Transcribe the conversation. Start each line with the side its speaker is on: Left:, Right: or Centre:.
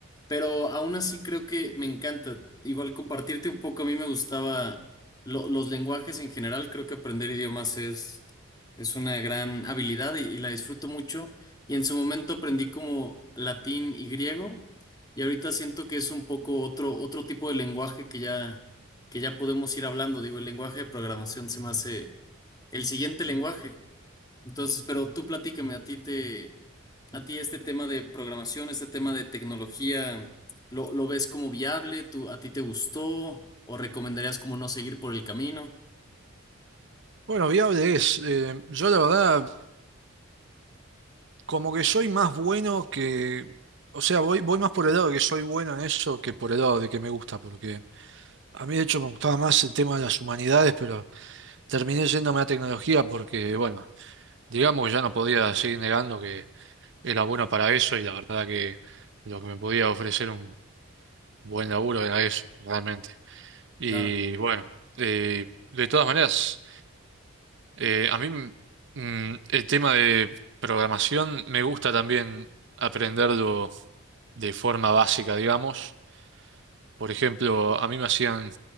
Left: pero aún así creo que me encanta. Igual compartirte un poco, a mí me gustaba lo- los lenguajes en general, creo que aprender idiomas es, es una gran habilidad y y la disfruto mucho. Y en su momento aprendí como latín y griego. Y ahorita siento que es un poco otro, otro tipo de lenguaje que ya, que ya podemos ir hablando. Digo, el lenguaje de programación se me hace el siguiente lenguaje. Entonces, pero tú platícame, a ti te, a ti este tema de programación, este tema de tecnología, ¿lo, lo ves como viable? ¿Tú, a ti te gustó? ¿O recomendarías como no seguir por el camino?
Right: Bueno, viable es. eh, yo la verdad como que soy más bueno que, o sea, voy, voy más por el lado de que soy bueno en eso que por el lado de que me gusta, porque a mí de hecho me gustaba más el tema de las humanidades, pero terminé yéndome a tecnología porque, bueno, digamos que ya no podía seguir negando que era bueno para eso y la verdad que lo que me podía ofrecer un buen laburo era eso, realmente. Y
Left: Claro.
Right: bueno, eh, de todas maneras, eh, a mí mm, el tema de programación me gusta también aprenderlo de forma básica, digamos. Por ejemplo, a mí me hacían